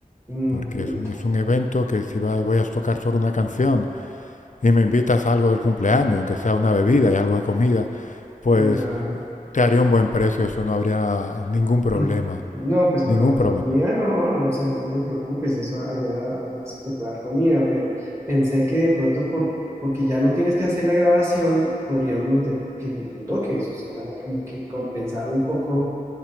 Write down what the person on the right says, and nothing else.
Mm,
eh,
ya.
<clears throat> No, pues por
la comida
no, no, o sea, no te preocupes, eso allá, allá se te puede dar comida, pero pensé que de pronto por, porque ya no tienes que hacer la grabación, podríamos de- que, que tú toques, o sea, como que compensar un poco,